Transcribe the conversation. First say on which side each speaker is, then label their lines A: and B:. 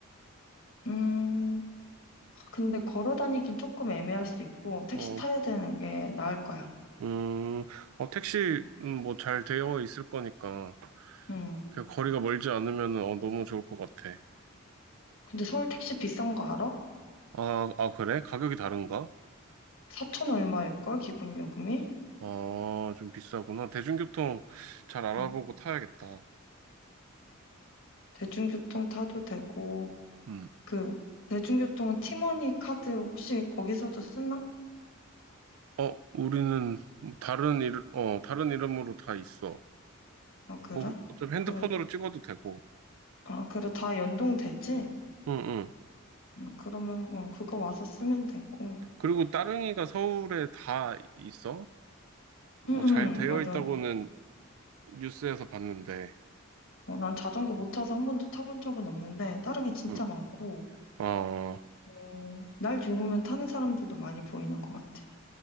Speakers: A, on the left; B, on the right.
A: 음. 근데 걸어 다니긴 조금 애매할 수 있고 택시
B: 어,
A: 타야 되는 게 나을 거야.
B: 음, 어, 택시,
A: 음.
B: 음, 뭐잘 되어 있을 거니까,
A: 음.
B: 그 거리가 멀지 않으면, 어, 너무 좋을 것 같아.
A: 근데 서울 택시 비싼 거 알아?
B: 아, 아, 그래? 가격이 다른가?
A: 4천 얼마일걸 기본 요금이?
B: 아, 좀 비싸구나. 대중교통 잘 알아보고
A: 응응응.
B: 타야겠다.
A: 대중교통 타도 되고
B: 음.
A: 그 대중교통은 티머니 카드 혹시 거기서도 쓰나?
B: 어, 우리는 뭐 다른 일, 어, 다른 이름으로 다 있어.
A: 아 그래?
B: 어, 좀 핸드폰으로
A: 그,
B: 찍어도 되고.
A: 아 그래 다 연동되지?
B: 응, 응.
A: 음, 그러면 어, 그거 와서 쓰면 되고.
B: 그리고 따릉이가 서울에 다 있어?
A: 응응
B: 뭐 잘 되어
A: 맞아.
B: 있다고는 뉴스에서 봤는데.
A: 어, 난 자전거 못 타서 한 번도 타본 적은 없는데 다른 게 진짜
B: 응.
A: 많고
B: 아,
A: 어, 날 좋으면 타는 사람들도 많이 보이는 것 같아.